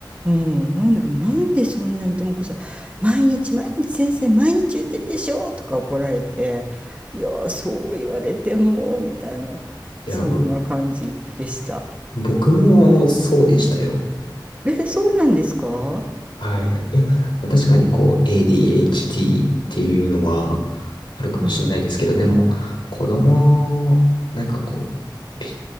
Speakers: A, on the right; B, on the left.
A: うん、なんだけど、なんでそんなにともこさん、毎日毎日先生、毎日言ってるでしょとか怒られて、いやー、そう言われても、みたいな、
B: いや、
A: そんな感じでした。
B: あの僕もそうでしたよ。
A: え、そうなんですか
B: はい。いや、まあ確かにこう ADHD っていうのはあるかもしれないですけど、
A: うん。
B: でも子供、なんかこう、びち